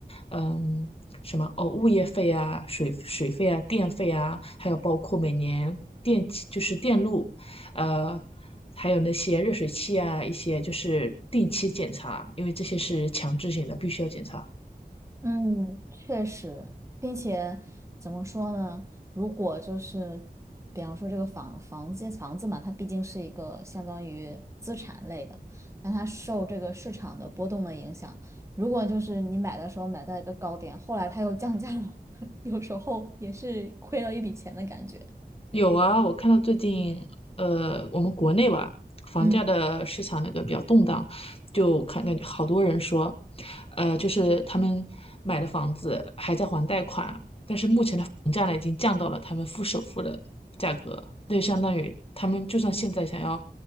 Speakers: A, on the left; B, on the right.
A: 嗯，什么哦，物业费啊、水水费啊、电费啊，还有包括每年电气就是电路，呃，还有那些热水器啊，一些就是定期检查，因为这些是强制性的，必须要检查。
B: 嗯，确实，并且怎么说呢？如果就是，比方说这个房房间房子嘛，它毕竟是一个相当于资产类的，那它受这个市场的波动的影响，如果就是你买的时候买在一个高点，后来它又降价了，<laughs> 有时候也是亏了一笔钱的感觉。
A: 有啊，我看到最近，呃，我们国内吧，房价的市场那个比较动荡，
B: 嗯。
A: 就看感觉好多人说，呃，就是他们买的房子还在还贷款，房价呢已经降到了他们付首付的价格，那就相当于他们就算现在想要